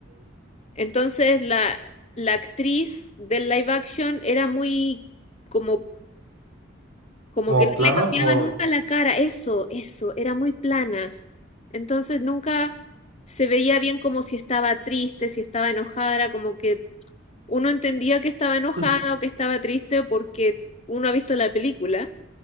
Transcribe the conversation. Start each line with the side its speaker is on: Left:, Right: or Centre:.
Left: Entonces la, la actriz del live action era muy como Como
Right: Como
Left: que no
Right: plana,
Left: le cambiaba
Right: como...
Left: nunca la cara, eso, eso, era muy plana. Entonces nunca se veía bien como si estaba triste, si estaba enojada, era como que uno entendía que estaba enojada
Right: <laughs>
Left: o que estaba triste porque uno ha visto la película